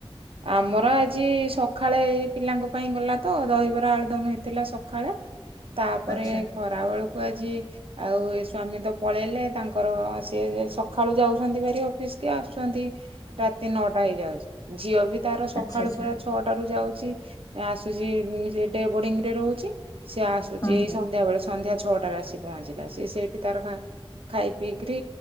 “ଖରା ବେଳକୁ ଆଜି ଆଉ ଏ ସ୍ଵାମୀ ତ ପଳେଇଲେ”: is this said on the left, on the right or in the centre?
Right